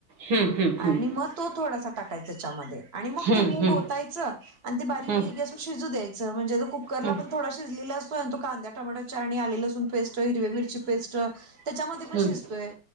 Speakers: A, on the right; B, on the right.
A: हम्म हम्म हम्म
B: आणि मग तो थोडासा टाकायचाच्यामध्ये आणि मग
A: हम्म
B: ते मूग
A: हम्म
B: होतायचं आणि ते बारीक
A: हम्म
B: तो शिजू द्यायं म्हणजेो कुकरला
A: हम्म
B: पण थोड शिजलेला असतोय तो कांद्या टोट्याच्या आणि आले, लसून पेस्ट हिरवे मिरची पेस्ट त्याच्यामध्ये पण
A: हम्म
B: शिजतोय